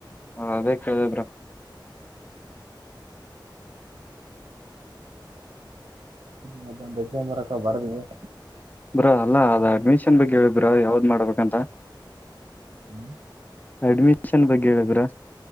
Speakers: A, on the left (about 20°); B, on the right (about 80°).
A: ಹ ಅದೇ ಕಿದ್ರ <unintelligible>
B: ಮರಕ್ಕ ಬರ್ದೆ <inaudible>
A: ಬ್ರೋ, ಅಲ್ಲಾ ಅದ ಅಡ್ಮಿಷನ್ ಬಗ್ಗೆ ಹೇಳ ಬ್ರೋ ಯಾವ್ದ್ ಗಮಾಡ್ಬೇಕಂತ.
B: ಹ್ಮ್ <inaudible>
A: ಅಡ್ಮಿಷನ್ ಬಗ್ಗೆ ಹೇಳಿದ್ರ,